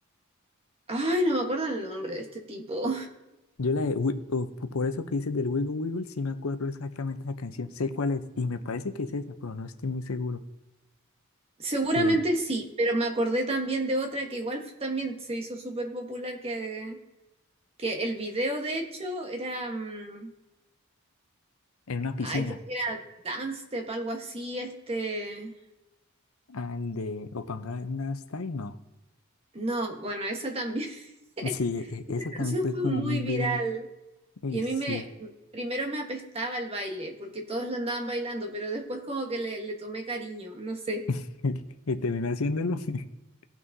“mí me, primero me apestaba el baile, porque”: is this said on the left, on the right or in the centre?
Right